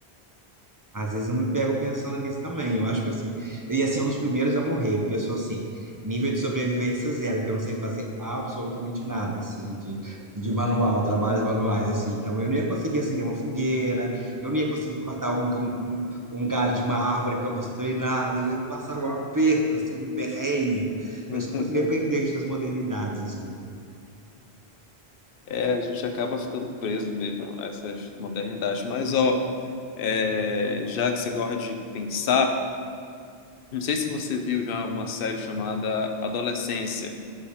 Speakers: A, on the right; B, on the left.
A: Às vezes eu me pego pensando nisso também. Eu acho que assim, eu ia ser um dos primeiros a morrer, porque eu sou assim, nível de sobrevivência zero, porque eu não sei fazer absolutamente nada, assim, de, de manual, trabalhos manuais, assim. Então eu não ia conseguir acender uma fogueira, eu não ia conseguir cortar um, um, um galho de uma árvore para construir nada, eu ia passar um aperto, assim, um perrengue.
B: <laughs>
A: Eu sou muito dependente das modernidades, assim.
B: É, a gente acaba ficando preso mesmo a essas modernidades. Mas, ó, é, já que você gosta de pensar, não sei se você viu já uma série chamada Adolescência.